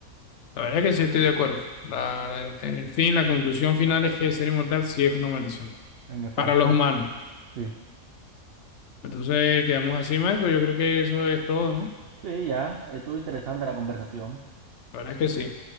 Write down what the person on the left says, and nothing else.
La verdad es que sí estoy de acuerdo. La, en, en fin, la conclusión final es que ser inmortal sí es una maldición
para los humanos.
Entonces quedamos así, Marco. Yo creo que eso es todo, ¿no?
La verdad es que sí.